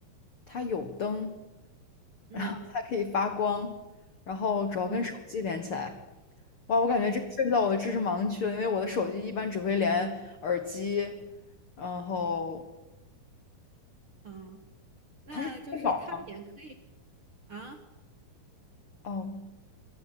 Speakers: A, on the left (about 70°); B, on the right (about 50°).
A: 它有灯，
B: 嗯
A: 然后它可以发光，然后主要跟手机连起来。
B: 嗯，
A: 哇，我感觉这个涉及到我的知识盲区了，
B: 对，
A: 因为我的手机一般只会连耳机，然后
B: 啊，那就是它也可以
A: 它是充电脑吗？
B: 啊。
A: 哦，